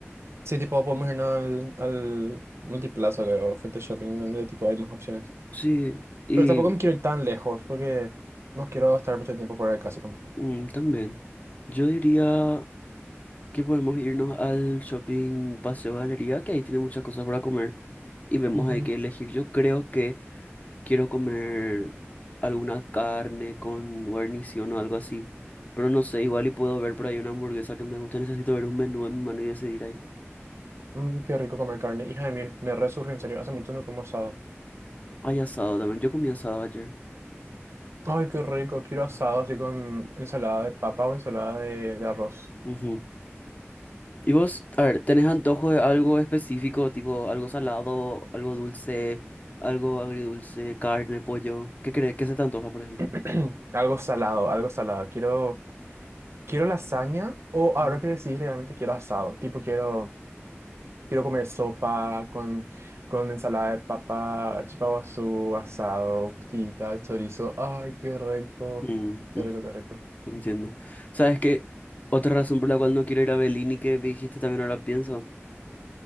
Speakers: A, on the right; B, on the left.
A: Sí, tipo podemos irnos al, al Multiplaza, creo, frente al shopping, donde tipo hay más opciones.
B: Sí, y
A: Pero tampoco me quiero ir tan lejos, porque no quiero estar mucho tiempo fuera de casa tampoco.
B: mm, también. Yo diría que podemos irnos al shopping Paseo Galería, que ahí tiene muchas cosas para comer y vemos
A: Ujú.
B: ahí que elegir. Yo creo que quiero comer alguna carne con guarnición o algo así, pero no sé, igual y puedo ver por ahí una hamburguesa que me gusta. Necesito ver un menú en mi mano y decidir ahí.
A: Mm, qué rico comer carne, hija de mil, me resurge en serio, hace mucho no como asado.
B: Hay asado también. Yo comí asado ayer.
A: Ay, qué rico. Quiero asado así con ensalada de papa o ensalada de, de arroz.
B: Ujú. ¿Y vos, a ver, tenés antojo de algo específico, tipo algo salado, algo dulce, algo agridulce, carne, pollo? ¿Qué crees? ¿Qué se te antoja, por ejemplo?
A: <clears throat> Algo salado, algo salado. Quiero, quiero lasaña o ahora
B: Mm,
A: que decís, realmente quiero asado. Tipo, quiero, quiero comer sopa con, con ensalada de papa, chipaguazú, asado, costillita, chorizo. Ay, qué rico.
B: mm,
A: Qué
B: mm,
A: rico, qué rico.
B: entiendo. ¿Sabes qué? Otra razón por la cual no quiero ir a Bellini, que me dijiste también ahora pienso,